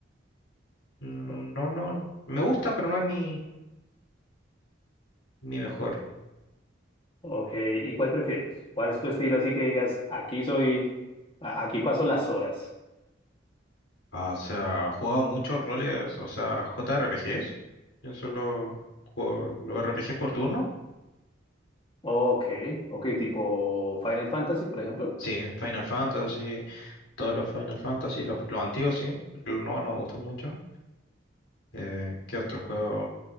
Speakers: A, on the left; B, on the left.
A: no,
B: O-
A: no, me gusta, pero no es mi, mi mejor.
B: ok, ¿y cuál prefieres? ¿Cuál es tu estilo así que digas, aquí soy, a- aquí paso las horas?
A: Ah, o sea, ha jugado muchos roles, o sea, J R P Gs. Yo solo juego los RPGs por turno.
B: Ok, ok, tipo Final Fantasy, por ejemplo.
A: Sí, Final Fantasy, todos los Final Fantasy, los, los antiguos sí, porque los nuevos no me gustan mucho. Eh, ¿qué otro juego?